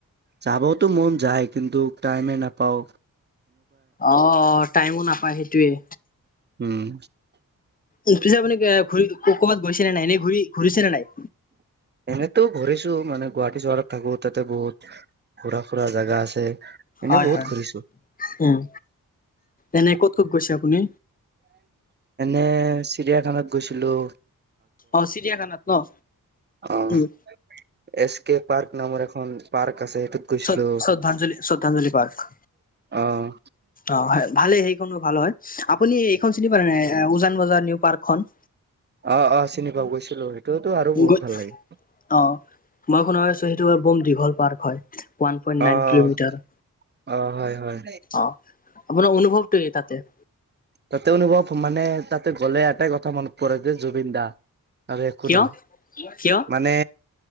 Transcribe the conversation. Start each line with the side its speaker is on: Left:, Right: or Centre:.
Right: যাবওতো মন যায়, কিন্তু টাইমেই নাপাওঁ।
Left: অ', টাইমো নাপায় সেইটোৱেই।
Right: উম।
Left: উম, পিছে আপুনি ঘূৰি ক'ৰবাত গৈছে নে নাই? এনে ঘূ-ঘূৰিছে নে নাই?
Right: এনেতো ঘূৰিছো, মানে গুৱাহাটী চহৰত থাকো, তাতে বহুত ঘূৰা ফূৰা জাগা আছে। এনে
Left: হয়
Right: বহুত
Left: হয়,
Right: ঘূৰিছো
Left: উম, এনে ক'ত ক'ত গৈছে আপুনি?
Right: এনে চিৰিয়াখানাত গৈছিলোঁ।
Left: অ', চিৰিয়াখানাত ন?
Right: অ',
Left: উম,
Right: এছ কে পাৰ্ক নামৰ এখন পাৰ্ক আছে, সেইটোত গৈছিলো।
Left: শ্ৰদ্ধাঞ্জলি, শ্ৰদ্ধাঞ্জলি পাৰ্ক,
Right: অ'
Left: অহ ভালেই হেই খনো ভাল হয়, আপুনি এইখন চিনি পায় নে নাই? উজান বজাৰৰ নিউ পাৰ্কখন।
Right: অহ অহ, চিনি পাও, গৈছিলো, সেইটোতো আৰু বহুত
Left: গৈ
Right: ভাল লাগে।
Left: অ', মই শুনা পাইছোঁ, সেইটো বম দীঘল পাৰ্ক হয়। ওৱান পয়েন্ট
Right: অ'
Left: নাইন কিলোমিটাৰ,
Right: অ' হয় হয়।
Left: অহ, আপোনাৰ অনুভৱটো কি তাতে?
Right: তাতে অনুভৱ মানে, তাতে গ'লে এটাই কথা মনত পৰে যে জুবিন দা। আৰু একো
Left: কিয়
Right: নহয়,
Left: কিয়
Right: মানে